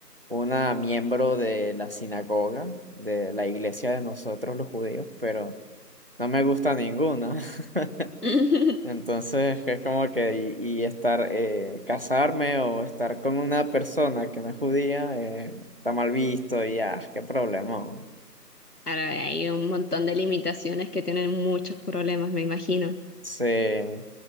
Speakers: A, on the right; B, on the left.
A: una miembro de la sinagoga, de la iglesia de nosotros los judíos, pero no me gusta ninguna. <laughs>
B: <laughs>
A: Entonces es como que y, y estar, eh, casarme o estar con una persona que no es judía, eh, está mal visto y ah, qué problema.
B: Ahora hay un montón de limitaciones que tienen muchos problemas, me imagino.
A: Sí, de